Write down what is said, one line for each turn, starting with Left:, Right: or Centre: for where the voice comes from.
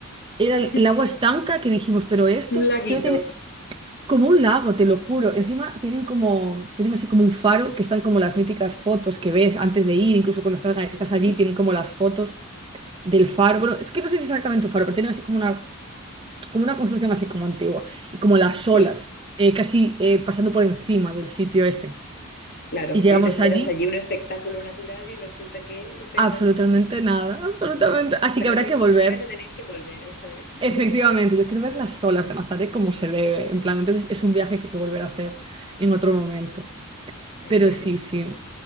Right: Era
Left: <laughs>
Right: el el agua estanca que dijimos, pero esto,
Left: Un laguito.
Right: encima tiene como un lago, te lo juro. Encima tienen como, tienen así como un faro que están como las míticas fotos que ves antes de ir, incluso cuando estás, estás
Left: Ujú.
Right: allí tienen como las fotos del faro. Bueno, es que no sé si es exactamente un faro, pero tienen así como una, como una construcción así como antigua y como las
Left: Sí,
Right: olas, eh, casi eh, pasando por encima del sitio ese.
Left: Claro,
Right: Y llegamos
Left: y te esperas
Right: allí,
Left: allí un espectáculo natural y resulta que te
Right: absolutamente
Left: encuentras un...
Right: nada, absolutamente. Así
Left: Bueno,
Right: que habrá
Left: eso
Right: que volver.
Left: significa que tenéis que volver, eso es.
Right: Efectivamente,
Left: <laughs>
Right: yo quiero ver las olas de Nazaré como se debe, en plan, entonces
Left: Claro
Right: es un
Left: que Sí,
Right: viaje que hay que volver a hacer en otro momento.
Left: genial.
Right: Pero sí, sí.